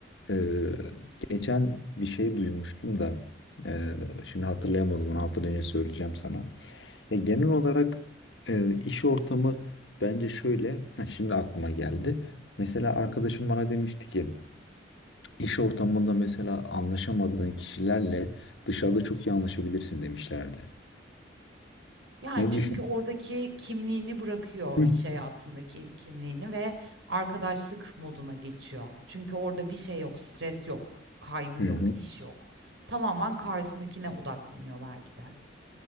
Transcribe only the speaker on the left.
E, geçen bir şey duymuştum da e, şimdi hatırlayamadım. Onu hatırlayınca söyleyeceğim sana. E, genel olarak e, iş ortamı bence şöyle. Ha, şimdi aklıma geldi. Mesela arkadaşım bana demişti ki İş ortamında mesela anlaşamadığın kişilerle dışarıda çok iyi anlaşabilirsin demişlerdi.
Ne
düşün?
<laughs> Hı
hı.